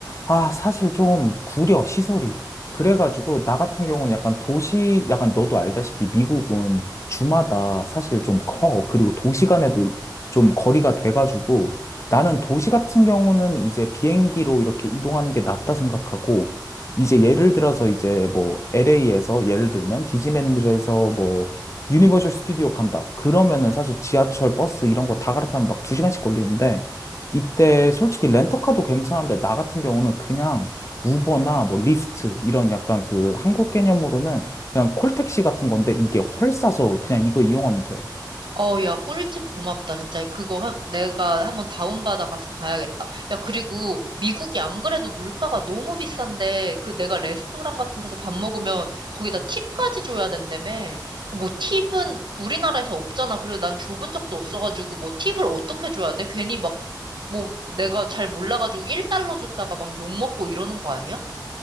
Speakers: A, on the left; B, on the right.
A: 아, 사실 좀 구려, 시설이. 그래가지고, 나 같은 경우는 약간 도시, 약간 너도 알다시피 미국은 주마다 사실 좀 커. 그리고 도시 간에도 좀 거리가 돼가지고, 나는 도시 같은 경우는 이제 비행기로 이렇게 이동하는 게 낫다 생각하고, 이제 예를 들어서 이제 뭐 LA에서 예를 들면 디즈니랜드에서 뭐 유니버셜 스튜디오 간다. 그러면은 사실 지하철, 버스 이런 거 다 갈아타면 막 두시간씩 걸리는데 이때 솔직히 렌터카도 괜찮은데 나 같은 경우는 그냥 우버나 뭐 리프트 이런 약간 그 한국 개념으로는 그냥 콜택시 같은 건데 이게 훨 싸서 그냥 이거 이용하면 돼.
B: 어, 야, 꿀팁 고맙다. 진짜 그거 한, 내가 한번 다운받아 가서 가야겠다. 야, 그리고 미국이 안 그래도 물가가 너무 비싼데 그 내가 레스토랑 같은 데서 밥 먹으면 거기다 팁까지 줘야 된다며. 뭐 팁은 우리나라에서 없잖아. 그리고 난 줘본 적도 없어가지고 뭐 팁을 어떻게 줘야 돼? 괜히 막 뭐 내가 잘 몰라가지고 1달러 줬다가 막 욕먹고 이러는 거 아니야?